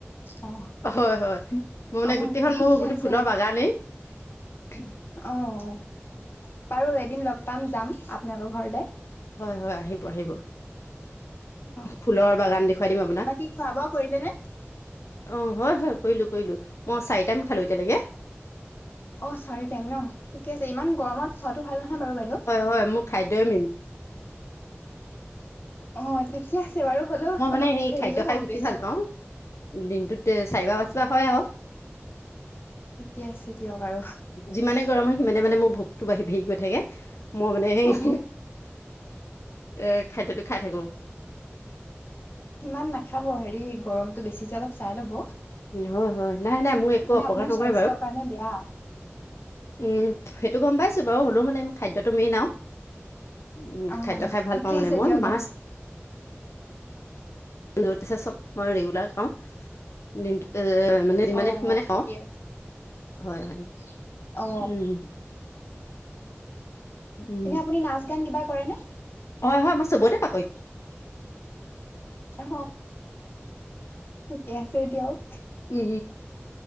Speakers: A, on the left; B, on the left.
A: অ
B: হয় হয়, মোৰ মানে
A: অ
B: গোটেইখন
A: ঠিকে
B: মোৰ গোটেই
A: আছে
B: ফুল বাগানেই। <inaudible>
A: অহ, বাৰু এদিন লগ পাম যাম আপোনালোকৰ ঘৰলে।
B: হয় হয়, আহিব আহিব।
A: অ
B: ফুলৰ বাগান দেখুৱাই দিম আপোনাক।
A: বাকী খোৱা বোৱা কৰিলে নে
B: অ হয় হয় কৰিলো কৰিলো, মই চাৰিটাইম খালো এতিয়ালৈকে।
A: অ চাৰি টাইম ন ঠিকে আছে ইমান গৰমত খোৱাটো ভাল নহয় বাৰু বাইদেউ।
B: হয় হয় মোৰ খাদ্যই মেইন।
A: অ ঠিকে আছে বাৰু, হ'লেও
B: মই মানে
A: অলপ
B: সেই
A: হেৰি
B: খাদ্য
A: কৰি
B: খাই
A: খাব
B: বেছি
A: পিছত
B: ভাল পাওঁ দিনটোত চাৰি বাৰ পাঁচ বাৰ হয় আৰু।
A: ঠিকে আছে দিয়ক আৰু
B: যিমানে গৰম হয় সিমানে মানে মোৰ ভোক তো বাৰহি বাৰহি গৈ থাকে, মই মানে সেই
A: অ
B: এ খাদ্যটো খাই থাকো।
A: ইমান নাখাব হেৰি গৰমটো বেছি যে অলপ চাই ল'ব।
B: হয় হয়, নাই নাই মোৰ একো
A: মানে
B: অপকাৰ
A: আপোনাৰ
B: নকৰে
A: স্বাস্থ্যৰ
B: বাৰু।
A: কাৰণে বেয়া।
B: উম সেইটো গম পাইছো বাৰু হ'লেও মানে খাদ্যটো মেইন আও। উম
A: অ',
B: খাদ্য খাই ভাল
A: ঠিকে
B: পাওঁ মানে
A: আছে
B: মই
A: দিয়ক
B: মাছ
A: আৰু।
B: য আছে চব মই ৰেগুলাৰ খাওঁ-। দিনটোত মানে যিমানে
A: অ',
B: মানে
A: ঠিকে
B: খাওঁ
A: আছে
B: হয় হয়-।
A: অ।
B: উম উম
A: এনে আপুনি নাচ গান কিবা কৰেনে?।
B: হয় হয় মই চবতে পাকৈত।
A: অ ঠিকে আছে এ দিয়ক।
B: উম